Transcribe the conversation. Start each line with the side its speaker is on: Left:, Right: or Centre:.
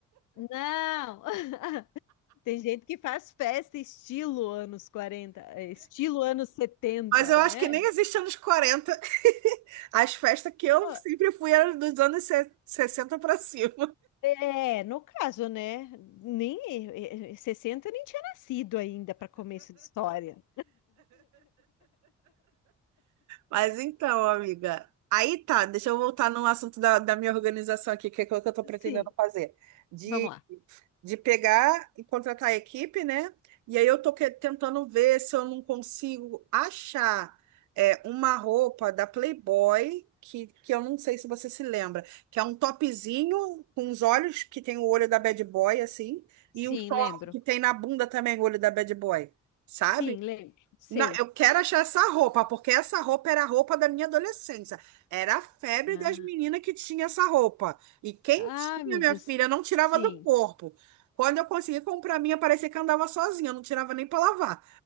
Left: Não! <laughs> Tem gente que faz festa estilo anos 40, é, estilo anos 70,
Right: Mas eu
Left: né?
Right: acho que nem existe anos 40. <laughs> As festas que eu
Left: Pô,
Right: sempre fui eram dos anos se- 60 para cima.
Left: É, no caso, né? Nem eh, eh, 60 nem tinha nascido ainda para começo de história.
Right: Mas então, amiga, aí tá, deixa eu voltar no assunto da, da minha organização aqui, que é o que eu tô pretendendo
Left: Sim,
Right: fazer. De,
Left: vamos lá.
Right: de pegar e contratar a equipe, né? E aí eu tô que- tentando ver se eu não consigo achar é, uma roupa da Playboy, que, que eu não sei se você se lembra, que é um topzinho com os olhos, que tem o olho da Bad Boy, assim,
Left: Sim,
Right: e o short
Left: lembro.
Right: que tem na bunda também o olho da Bad Boy, sabe?
Left: Sim, lembro. Sei.
Right: Não, eu quero achar essa roupa, porque essa roupa era a roupa da minha adolescência. Era a febre
Left: Ah,
Right: das meninas que tinha essa roupa. E quem
Left: ah,
Right: tinha,
Left: meu
Right: minha
Left: Deus.
Right: filha, não
Left: Sim.
Right: tirava do corpo. Quando eu consegui comprar a minha, parecia que eu andava sozinha, eu não tirava nem para lavar.